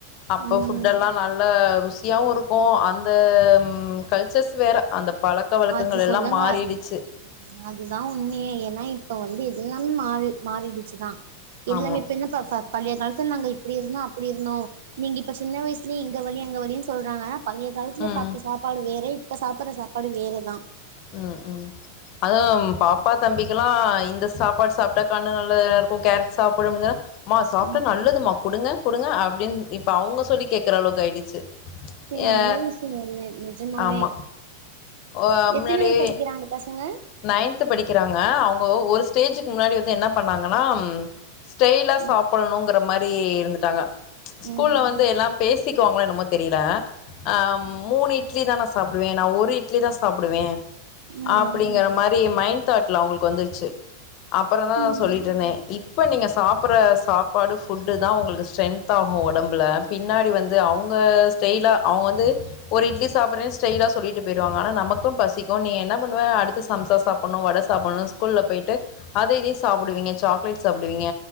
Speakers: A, on the left (about 40°); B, on the right (about 55°).
A: அப்ப
B: ம்
A: ஃபுட்டெலாம்
B: ம்
A: நல்ல ருசியாவு இருக்கும் அந் த ம்ம் கல்ச்சர்ஸ் வேற அந்த பழக்க வழக்கங்கள்
B: அது
A: எல்லாம்
B: சொல்லுங்க
A: மாறிடுச்
B: அது அதுதா உண்மையே ஏன்னா இப்ப வந்து எல்லாம் மாறி மாறிடுச் தான் எல்லாமே
A: ஆமா
B: இப்ப எங்கேப்பா பழைய காலத்து நாங்க இப்படி இருந்தோம் அப்படி இருந்தோம் நீங்க இப்ப சின்ன வயசுலயே இங்க வலி அங்க வலி சொல்றாங்க பழைய காலத்துல
A: ம்
B: சாப்பிட்ட சாப்பாடு வேற இப்ப சாப்பிடுற சாப்பாடு வேறதான்
A: உம் உம் அதுவும் பாப்பா தம்பிக்கெல்லாம் இந்த சாப்பாடு சாப்ப இந்த கண்ணு நல்லதா இருக்கும் கேரட் சாப்பிடுங்க மா சாப்பிட்டா
B: ம்
A: நல்லதும்மா கொடுங்க கொடுங்க அப்படின்னு இப்ப அவங்க சொல்லி கேக்குற அளவுக்கு ஆயிடுச்சு
B: சரி
A: ஏ
B: நல்ல விஷயம் நிஜமாவே
A: ஆமா ஆ முன்னாடி
B: எத்தனாவது படிக்கிறாங்க பசங்க
A: நைன்த்து படிக்கிறாங்க அவ்ங்க ஒரு ஸ்டேஜக்கு முன்னாடி வந்து என்ன பண்ணாங்கனா ம் ஸ்டைலா
B: ம்
A: சாப்புடணுங்கிற மாரி இருந்துட்டாங்க ஸ்கூல்ல
B: ம்
A: வந்து எல்லா பேசி சிக்குவாங்களா என்னமோ தெரியல ஆ மூணு இட்லி தா நா சாப்டுவே நா ஒரு இட் இட்லி தா சாப்டுவே
B: ம்
A: அப்டிங்கற மாரி மைண்ட் தாட்ல அவ்ங்களுக்கு வந்துருச்சு அப்பற தா
B: ம்
A: சொல்லிட்டு இருந்தே இ இப்ப நீங்க சாப்புற சாப்பாடு ஃபுட்டு தா உங்களுக்கு ஸ்ட்ரென்த் ஆகு ஒடம்புல பின்னாடி வந்து அவ்ங்க அ ஸ்டைலா அவ்ங்க வந்து ஒரு இட்லி சாப்புட்றே ஸ்டைலா சொல்லிட்டு போய்ருவாங்க ஆனா நமக்கு பசிக்கு நீ என்ன ன்ன பண்ணுவ அடுத் த்து சம்சா சாப்புட்ணு வட சாப்புட்ணு ஸ்கூல்ல போயிட்டு அத இதையு சாப்புடுவீங்க சாக்லேட் சாப்டுவீங்க